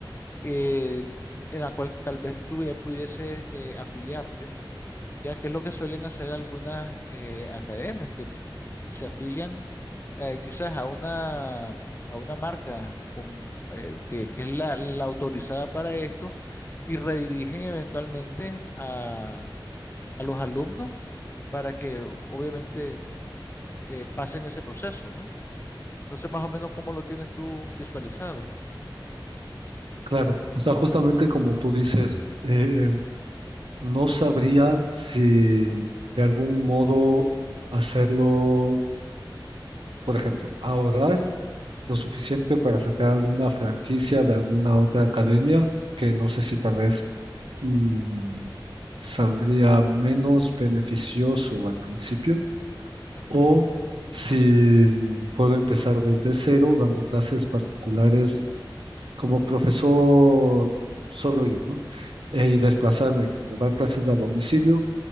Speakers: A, on the left; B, on the right.
A: eh, en la cual tal vez tú ya pudieses eh, afiliarte ya que es lo que suelen hacer algunas eh, academias que se afilian eh, quizás a una, a una marca con- eh, que, que es la, la autorizada para esto y redirigen eventualmente a, a los alumnos para que obviamente eh, pasen ese proceso, ¿no? No sé más o menos cómo lo tienes tú visualizado.
B: Claro, o sea, justamente como tú dices, eh, no sabría si de algún modo hacerlo, por ejemplo, ahorrar lo suficiente para sacar alguna franquicia de alguna otra academia, que no sé si tal vez mm, saldría menos beneficioso al principio
A: Ajá.
B: o si mm, puedo empezar desde cero dando clases particulares como profesor solo yo, ¿no? E- y desplazarme, como dar clases a domicilio